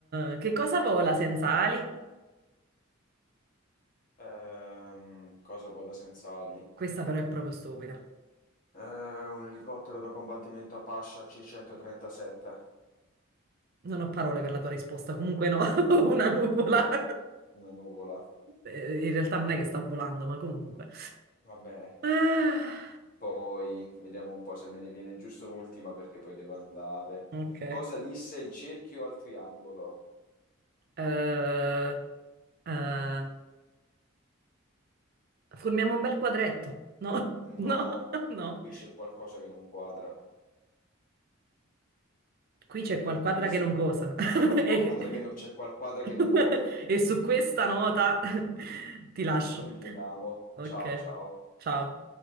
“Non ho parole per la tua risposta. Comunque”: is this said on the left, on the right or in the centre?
Right